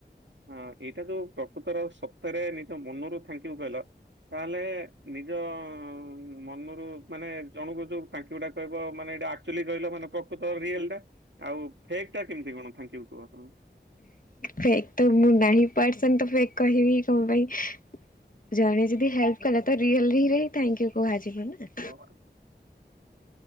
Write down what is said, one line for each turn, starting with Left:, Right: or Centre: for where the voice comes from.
Right: ହ ଏଇଟା ଯୋଉ ପ୍ରକୃତର ସତରେ ନିଜ ମନରୁ ଥ୍ୟାଙ୍କୟୁ କହିଲ ତାହେଲେ ନିଜ ମନରୁ ମାନେ ଜଣକୁ ଯୋଉ ଥଙ୍କୁୟୁ ଟା କହିବ ମାନେ ଆକ୍ଚୁଆଲି କହିଲ ମାନେ ପ୍ରକୃତ ରିଅଲ ଟା। ଆଉ ଫେକ୍ ଟା କେମତି କଣ ଥାଙ୍କୁୟୁ କୁହ ତମେ।
Left: ଫେକ୍ ତ ମୁଁ ନାହିଁ ବଟ ତ ଫେକ୍ କହିବି କଣ ପାଇଁ। ଜଣେ ଯଦି ହେଲ୍ପ କଲେ ତ ରିଅଲ ହିରେ ଥୁ କୁହାଯିବ ନା।
Right: <unintelligible>